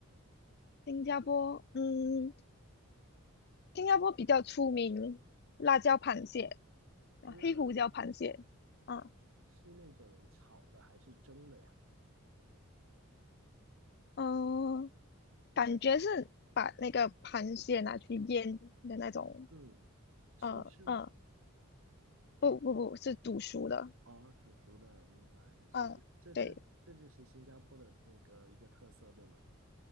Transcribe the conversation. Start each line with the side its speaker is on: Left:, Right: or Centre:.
Left: 新加坡，嗯，新加坡比较出名辣椒螃蟹啊，
Right: 辣
Left: 黑胡椒螃蟹啊，
Right: 是那种炒的还是蒸的呀？
Left: 嗯、感觉是把那个螃蟹拿去腌的那种，
Right: 嗯，生吃吗？
Left: 呃嗯。不不不是读书的，
Right: 哦，煮熟的，明白。所以这这这这就是新加坡的那个一个特色，
Left: 嗯，对
Right: 对吗？